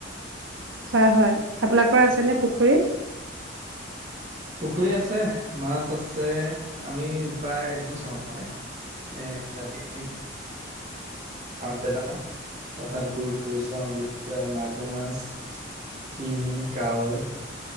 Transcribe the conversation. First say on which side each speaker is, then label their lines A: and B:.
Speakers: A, on the right; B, on the right.
A: হয় হয় আপোনালোকৰ আছেনে পুখুৰী?
B: পুখুৰী আছে মাছ আছে আমি প্ৰায় জু চাওঁ মানে এ ৰাতি পথাৰলৈ যাও পথাৰত গৈ চাওঁ মাগুৰ মাছ শিঙি কাৱৈ